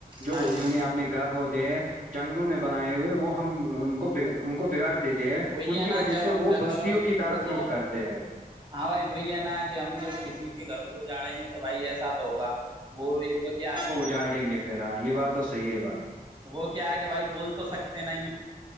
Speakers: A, on the right; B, on the right.
A: جو
B: ہاں جی
A: انہوں نے اپنے گھر ہوتے ہیں جنگلوں میں بنائے ہوئے وہ ہم ان کو ان کو بگاڑ دیتے ہیں
B: وہی
A: ان
B: ہے
A: کی
B: نا
A: وجہ
B: جب
A: سے
B: ہم
A: وہ
B: جنگلوں
A: بستیوں کی طرف
B: وہی
A: رخ
B: ہے
A: کرتے ہیں
B: ہاں بھائی وہی ہے نا کہ ہم جب کسی کے گھر کو جاڑیں گے تو بھائی ایسا تو ہوگا وہ وہ کیا ہے
A: جاڑیں گے پھر ہاں یہ بات تو صحی ہے بھائی
B: وہ کیا ہے کہ بھائی بول تو سکتے نہیں